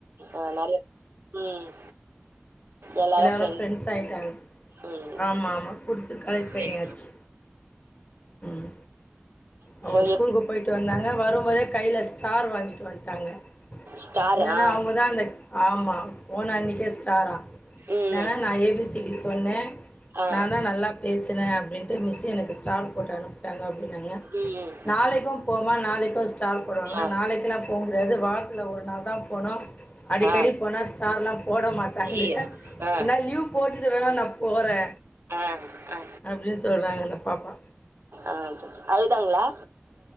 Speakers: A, on the right; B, on the left.
A: ஆ நற்யா ம் எல்லாரும்
B: எல்லாரு
A: ஃப்ரெண்ட்
B: ஃப்ரெண்ஸ ஆய்ட்டாவு
A: ம்
B: ஆமா ஆமா குடுத்து கலட் பண்ணியாச்சு
A: சரி
B: ம்
A: இப்போ
B: அவு ஸ்கூல்க்கு
A: எப்
B: போய் ட்ரு வந்தாங்க வரும்போதே கைல ஸ்டார் வாங்கிட்டு வந்ட்டாங்க
A: ஸ்டார்
B: இன்னன்னா
A: ஆ
B: அவ்ன் முதான்தக் ஆமா ஃபோன் அன்னிக்கே ஸ்டாரா
A: ம்
B: நனால் நா ஏ பி சி டி சொன்னே
A: ஆ
B: நா தா நல்லா பேசுறே அப்டின்ட்டு மிஸ்ஸு எனக்குஸ் ஸ்டால் போட்டு அனுப்ச்சாங்க அப்படின்னாங்க
A: ம்
B: நாளைக்கு போமா நாளைக்கோள்ட் தால் போடுவாங்ன
A: ஆ
B: நாளைக்கெலா போ முடியாது வார்த்துல ஒரு நாள் தா போனோ அடிக்கடி
A: ஆ
B: போனா ஸ்டார்லா போட மாட்டாங்குதே
A: ஐயோ ஆ
B: இந்தா ல்யூவ் போட்டுட்டு வேணா நா போறே
A: ஆ ஆ
B: அப்டின்னு சொல்றாங்க அந்த பாப்பா
A: ஆ அழுதாங்ளா